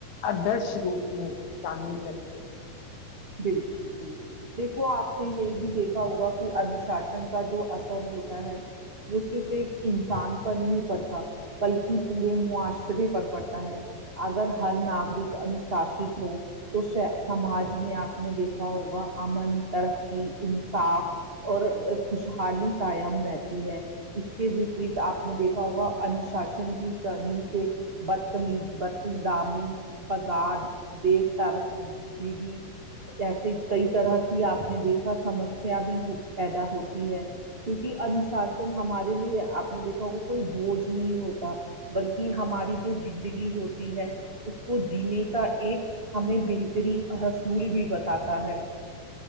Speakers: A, on the left (about 55°); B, on the right (about 30°).
A: آدرش روپ میں شامل کرتے ہیں
B: بالکل بالکل دیکھو آپ نے یہی بھی دیکھا ہوگا کی انوشاسن کا جو اثر ہوتا ہے وہ صرف ایک انسان پر نہیں پڑتا بلکہ پورے معاشرے پر پڑتا ہے اگر ہر ناگرک انوشاست ہو تو سماج میں آپ نے دیکھا ہوگا امن ترقی انصاف اور خوشحالی قائم رہتی ہے اس کے وپریت آپ نے دیکھا ہوگا انو شاسن کی کمی سے بدتمیز بد ظامی فزاد د تر بیبی جسے کئی طرح کی آپ نے دیکھا سمسیا بھی پیدا ہوتی ہے کیونکہ انوشاسن ہمارے لیے آپ نے دیکھا ہوگا کوئی بوجھ نہیں ہوتا بلکہ ہماری جو زندگی ہوتی ہے اس کو جینے کا ایک ہمیں بہترین حصول بھی بتاتا ہے